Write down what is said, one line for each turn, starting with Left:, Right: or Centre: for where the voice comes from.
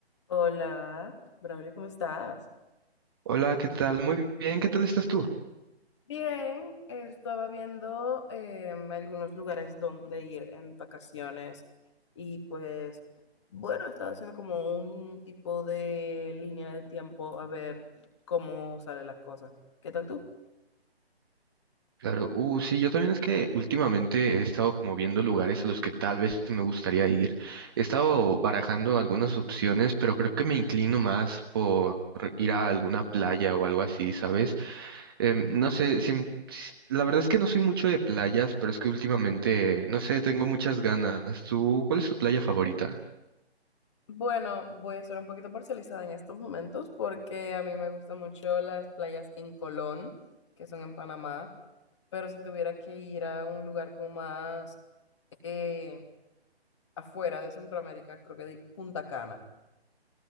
Left: Hola, Braulio, ¿cómo estás?
Right: Hola, ¿qué tal? Muy bien, ¿qué tal estás tú?
Left: Bien, estaba viendo em, algunos lugares donde ir en vacaciones y pues bueno, estaba haciendo como un tipo de línea de tiempo a ver cómo salen las cosas. ¿Qué tal tú?
Right: Claro, uh, sí, yo también es que últimamente he estado como viendo lugares a los que tal vez me gustaría ir. He estado barajando algunas opciones, pero creo que me inclino más por ir a alguna playa o algo así, ¿sabes? Em, no sé, siem- s- la verdad es que no soy mucho de playas, pero es que últimamente, no sé, tengo muchas ganas. ¿Tú, cuál es tu playa favorita?
Left: Bueno, voy a ser un poquito parcializada en estos momentos porque a mí me gustan mucho las playas en Colón, que son en Panamá, pero si tuviera que ir a un lugar como más... eh, afuera de Centroamérica, creo que di Punta Cana.